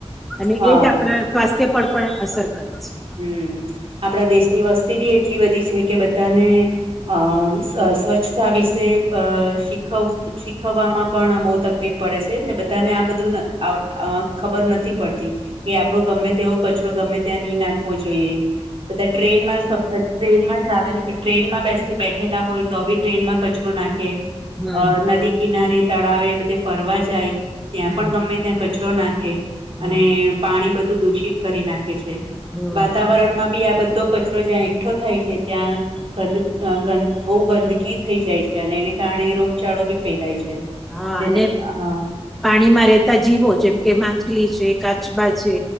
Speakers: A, in the centre; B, on the right.
A: અને
B: હા
A: એજ આપડા સ્વાસ્થ્ય પર પણ અસર કરે છે.
B: હમમ આપણા દેશની વસ્તી બી એટલી બધી છે કે બધાને અ સ્વ સ્વચ્છ સ્વછતા વિશે અ શીખ શીખવવામાં પણ બો તકલીફ પડે છે અને બધાને આ બધું ખબર નથી પડતી, કે આપડો ગમે તેવો કચરો ગમે ત્યાં નહી નાખ વો જોઈએ. બધા ટ્રેનમાં સ ટ્રેનમાં ટ્રાવેલ ટ્રેનમાં બેસી બેઠેલા હોય તો બી ટ્રેનમાં કચરો નાખે.
A: હમ
B: અ નદી કિનારે તળાવ એ બધે ફરવા જાય, ત્યાં
A: હમ
B: પણ ગમે ત્યાં કચરો નાખે,
A: હમ
B: અને પાણી બધું દૂષિત કરી નાખે છે.
A: હમ
B: વાતાવરણ માં બી આ બધો કચરો જ્યાં એકઠો થાય છે ત્યાં. ગંદ ગ બહુ ગંદકી થઈ જાય છે અને એને કારણે રોગચાળો બી ફેલાય છે.
A: હા,
B: જેને
A: અને
B: હા
A: પાણીમાં રહેતા જીવો જેમ કે માછલી છે કાચબા છે,